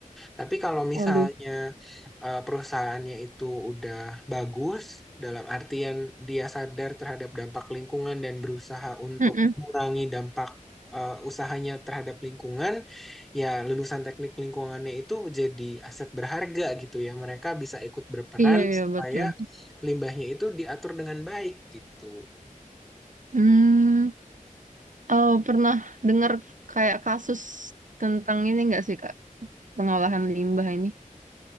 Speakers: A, in the centre; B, on the right.
A: Tapi kalau
B: aduh.
A: misalnya eh, perusahaannya itu udah bagus, dalam artian dia sadar terhadap dampak lingkungan dan berusaha untuk
B: Mm-mm.
A: mengurangi dampak eh, usahanya terhadap lingkungan, ya lulusan teknik lingkungannya itu jadi aset berharga gitu ya. Mereka bisa ikut berperan
B: Iya, iya,
A: supaya
B: betul.
A: limbahnya itu diatur dengan baik gitu.
B: Hmm, oh, pernah dengar kayak kasus tentang ini nggak sih, Kak? Pengolahan limbah ini.